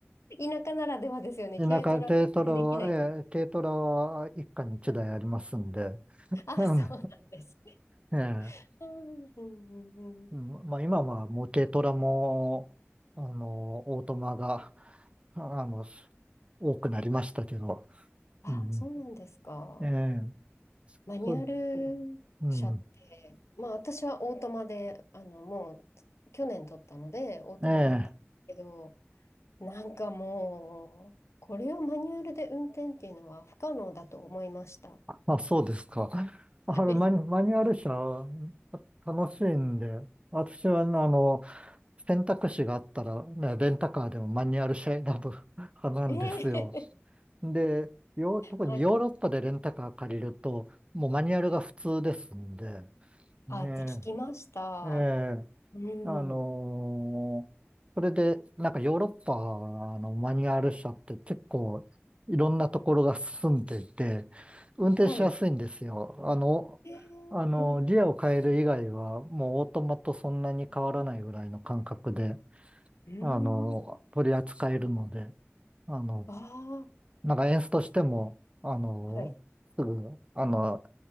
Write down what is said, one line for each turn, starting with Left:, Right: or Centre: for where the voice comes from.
Left: ラ、田舎ならではですよね。
Right: え、
Left: 軽トラ運転できないという。
Right: 田舎、軽トラは、ええ、軽トラは一家に一台ありますんで、<laughs>
Left: あ、
Right: あの
Left: そうなんですね。
Right: ええ、
Left: あーうんうんうん。
Right: うんまあ今はもう軽トラも、あの、オートマが、あの、多くなりましたけど、
Left: あ、
Right: うん、
Left: そうなんですか。
Right: ええ、
Left: マニュアル車って、
Right: そう、うん、
Left: まあ私はオートマで、あのもう去年取ったのでオートマだったんですけど、
Right: ええ、
Left: なんかもう、これをマニュアルで運転っていうのは不可能だと思いました。は
Right: まあ、そうですか。あれ、
Left: い。
Right: マニ、マニュアル車、楽しいんで、私は、あの、選択肢があったら、ね、レンタカーでもマニュアル車選ぶ <laughs> 派なんですよ。
Left: ええ
Right: で、よ特にヨーロッパでレンタカー借りると、
Left: はい。
Right: もうマニュアルが普通ですんで、
Left: はい。
Right: ね
Left: あ、って聞きました。
Right: え、ええ、
Left: うん。
Right: あのーそれで、なんかヨーロッパのマニュアル車って結構いろんなところが進んでいて、運転しやすいんですよ。
Left: はい。
Right: あの、
Left: ええ
Right: あの、
Left: うん。う
Right: ギアを変える以外はもうオートマとそんなに変わらないぐらいの感覚で
Left: ーん。
Right: あの、取り扱えるので、あの、
Left: ああ。
Right: なんかエンスとしても、あの、
Left: はい。
Right: すぐ、あの、